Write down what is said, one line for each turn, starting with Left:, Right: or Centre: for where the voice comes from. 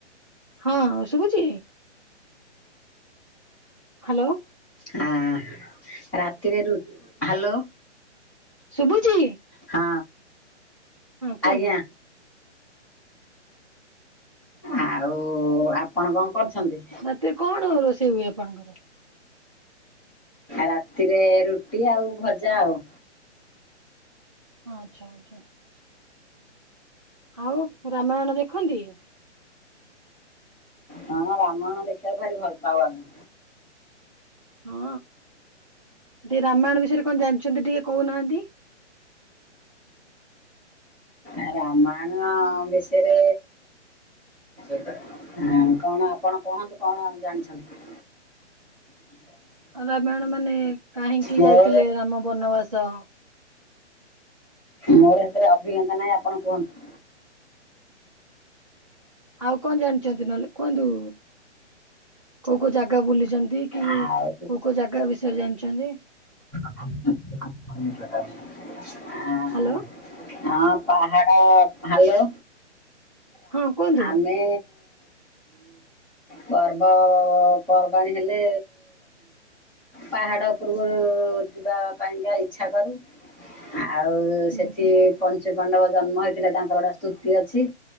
Right: ହଁ ଶୁଭୁଚି ହ୍ୟାଲୋ।
Centre: ହାଁ ରାତିରେ ରୁ ହାଲୋ।
Right: ଶୁଭୁଚି।
Centre: ହଁ
Right: କୁହନ୍ତୁ
Centre: ଆଜ୍ଞା। ଆଉ ଆପଣ କଣ କରୁଛନ୍ତି?
Right: ରାତିରେ କଣ ରୋଷେଇ ହୁଏ ଆପଣଙ୍କର?
Centre: ରାତିରେ ରୁଟି ଆଉ ଭଜା ଆଉ।
Right: ଆଚ୍ଛା ଆଚ୍ଛା। ଆଉ ରାମାୟଣ ଦେଖନ୍ତି?
Centre: ହଁ ରାମାୟଣ ଦେଖିବାକୁ ଭାରି ଭଲ ପାଉ ଆମେ।
Right: ହଁ ଟିକେ ରାମାୟଣ ବିଷୟରେ କଣ ଜାଣିଚନ୍ତି ଟିକେ କହୁନାହାନ୍ତି?
Centre: ଆ ରାମାୟଣ ବିଶୟରେ ଆଁ କଣ ଆପଣ କୁହନ୍ତୁ କଣ ଜାଣିଛନ୍ତି?
Right: ରାମାୟଣ ମାନେ କାହିଁକି
Centre: ମୋର
Right: ଯାଇଥିଲେ ରାମ ବନବାସ?
Centre: ମୋର ଏଥେରେ ଅଭିଜ୍ଞତା ନାହିଁ ଆପଣ କୁହନ୍ତୁ।
Right: ଆଉ କଣ ଜାଣିଚନ୍ତି ନହେଲେ କୁହନ୍ତୁ? କୋଉ କୋଉ ଜାଗା ବୁଲିଛନ୍ତି କି
Centre: ଆଉ
Right: କୋଉ କୋଉ ଜାଗା ବିଷୟରେ ଜାଣିଛନ୍ତି?
Centre: <unintelligible>
Right: ହ୍ୟାଲୋ
Centre: ହଁ ପାହାଡ଼ ହାଲୋ
Right: ହଁ କୁହନ୍ତୁ
Centre: ଆମେ ପର୍ବ ପର୍ବାଣିୀ ହେଲେ ପାହାଡ ଉପରକୁ ଯିବା। ପାଇଁକା ଇଚ୍ଛା କରୁ ଆଉ
Right: ହୁଁ
Centre: ସେଠି
Right: ହୁଁ
Centre: ପଞ୍ଚୁ ପାଣ୍ଡବ ଜନ୍ମ ହେଇଥିଲେ ତାଙ୍କର ଗୋଟେ ସ୍ତୁତି ଅଛି